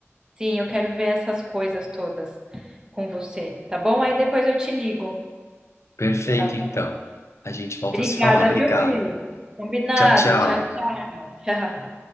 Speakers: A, on the right; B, on the left.
A: sim, eu quero ver essas coisas todas com você, tá bom? Aí depois eu te ligo,
B: Perfeito,
A: tá? bom?
B: então. A gente volta
A: Obrigada,
B: a se falar. Obrigado.
A: viu, Murilo? Combinado.
B: Tchau, tchau.
A: Tchau, tchau.